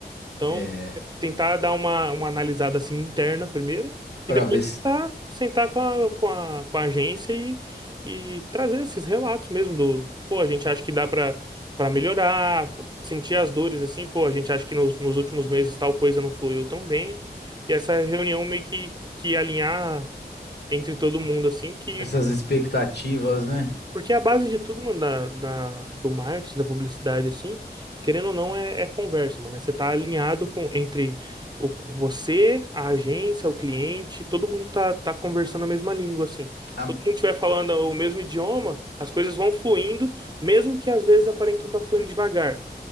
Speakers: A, on the right; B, on the left.
A: Então,
B: é,
A: tentar dar uma, uma analisada assim interna primeiro
B: para
A: e depois
B: ver se
A: tentar sentar com a, com a, com a agência e, e trazer esses relatos mesmo do, pô, a gente acha que dá para para melhorar, sentir as dores assim, pô, a gente acha que nos, nos últimos meses tal coisa não fluiu tão bem. E essa reunião meio que, que alinhar entre todo mundo assim, que
B: Essas expectativas, né?
A: porque a base de tudo, mano, da, da- do marketing, da publicidade, assim, querendo ou não, é, é conversa, mano. É Você tá alinhado com, entre o, você, a agência, o cliente, todo mundo tá, tá conversando a mesma língua, assim.
B: Ah,
A: Se todo mundo estiver falando o mesmo idioma, as coisas vão fluindo, mesmo que às vezes aparentam tá fluindo devagar.